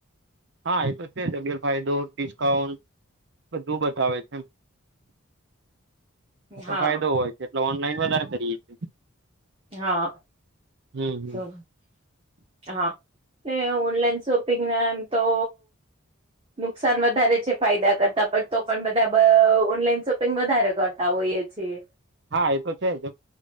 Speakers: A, on the right; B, on the right.
A: હા, એ તો છે જ ઘેર ફાયદો, ડિસ્કાઉન્ટ બધું બતાવે છે. એટલો
B: હા
A: ફાયદો હોય છે, એટલે ઓનલાઈન વધારે કરીએે છીએ.
B: હા.
A: હમ હમ
B: <inaudible> તો, હા, ને ઓનલાઈન શોપિંગ ના તો... નુકસાન વધારે છે. ફાયદા કરતા પણ તો પણ બધા ઓનલાઈન શોપિંગ વધારે કરતા હોઈએ છીએ.
A: હા, એ તો છે જ